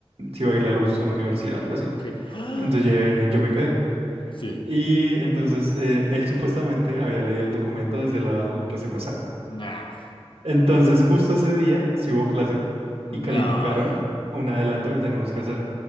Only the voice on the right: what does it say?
se iba a ir la luz a la universidad, algo así.
Entonces eh, yo me quedé.
Y entonces eh, él supuestamente había leído el documento desde la, la clase pasada.
Entonces justo ese día sí hubo clase
y calificaron un adelanto que tenemos que hacer.